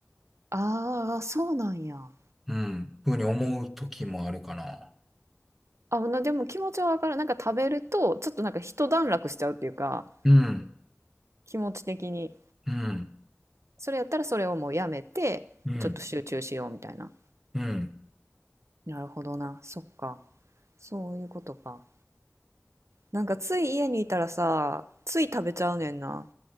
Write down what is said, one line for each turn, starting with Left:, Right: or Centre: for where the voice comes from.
Right: ああ、そうなんや。
Centre: うん、ふうに思う時もあるかな。
Right: あ、なでも気持ちはわかる。なんか食べると、ちょっとなんか一段落しちゃうっていうか、
Centre: うん、
Right: 気持ち的に。
Centre: うん、
Right: それやったらそれをもうやめて、
Centre: うん、
Right: ちょっと集中しようみたいな。
Centre: うん。
Right: なるほどな。そっか。そういうことか。なんかつい家にいたらさ、つい食べちゃうねんな。